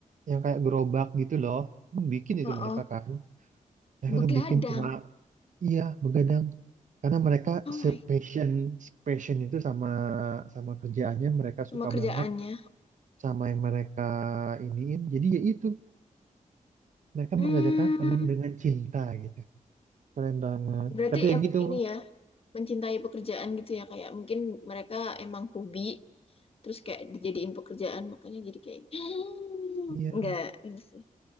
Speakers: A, on the right (about 65°); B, on the left (about 45°).
A: yang kayak gerobak gitu loh. Hmm, Bikin itu
B: Oh,
A: mereka
B: oh.
A: kan. Mereka
B: Begadang.
A: tuh bikin tengah Iya, begadang. Karena mereka
B: Oh my,
A: sepassion passion itu sama sama kerjaannya mereka
B: sama
A: suka
B: kerjaannya.
A: banget sama yang mereka iniin. Jadi ya itu mereka
B: Hmm,
A: mengerjakan penuh dengan cinta gitu. Keren banget.
B: berarti
A: Tapi ya
B: emang
A: gitu.
B: ini ya. mencintai pekerjaan gitu ya kayak mungkin mereka emang hobi terus kayak dijadiin pekerjaan makanya jadi kayak <gasps>
A: Iya.
B: nggak ini sih